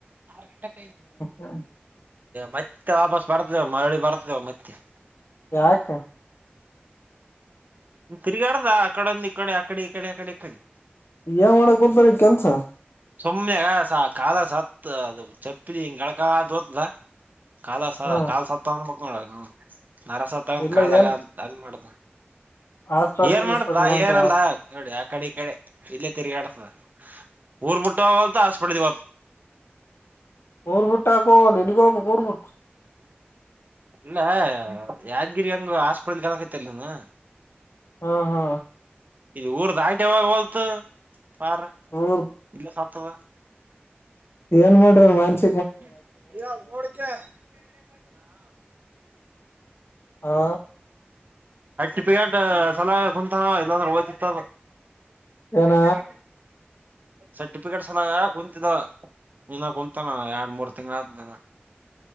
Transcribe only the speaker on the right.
-ಆತ
ಮತ್ತೆ ವಾಪಸ್ ಬರ್ತವ ಮರಳಿ ಬರ್ತೇವ ಮತ್ತೆ <unintelligible> <unintelligible>
ತಿರುಗಾಡದ ಅಕಡೆಂದು ಇ ಕಡೆ ಅಕಡೆ ಇಕಡೆ ಅಕಡೆ ಇಕ್ಕಡೆ
ಸುಮ್ನೆಗ ಸ ಕಾಲ ಸತ್ ಅದು ಚಪ್ಪಲಿ ಹಿಂಗ ಗಗಳಕಾ ಹೋತದ ಕಾಲ-
ಕಾ- ಸತ್ತ ಅನ್ಬ ಏನ್ ಮಾಡೋ ಅರಹಸ ತಗೊಂಡು
ಕಾಲಾಗ
ಅಂತ ಹಂಗ ಮಾಡ್ನ
ಏನ್
ಮಾಡತ
ಏನಲ್ಲ ಕಡೆ -ಆ -ಕಡೆ ಈ ಕಡೆ ಇಲ್ಲೇ ತಿರ್ಗಿ ಆಡ್ತಾದ ಊರ್ ಬುಟ್ಟೋ ಹೋಗ್ ಹಾಸ್ಬತದೆ
ಇಲ್ಲ ಯಾದ್ಗಿರಿ ಹಂಗ ಹಾಸ್ಪಿಟ್ಲ್ ಹಕೈತಿಲ್ಲ ನೀನು.
ಇದು ಊರ್ ದಾಟ್ ವೊರ್ಲತ್ತು ಪಾರ್
ಇಲ್ಲ ಸತ್ತದ.
ಹ -ನೋಡ್ಯಾ
ಸರ್ಟಿಫಿಕೇಟ್ ಸಲಹ ಕುಂತಾನ ಇಲ್ಲಾಂದ್ರೆ ಹೋಗ್ತಿತ್ತ
ಸರಿ ಸರ್ಟಿಫಿಕೇಟ್ಸ್ ಎಲ ಕುಂತಿದ ಇನ್ನ ಕುಂತಾನ ಎರ ಒ ಮೂರು ತಿಂಗ್ ಆದನ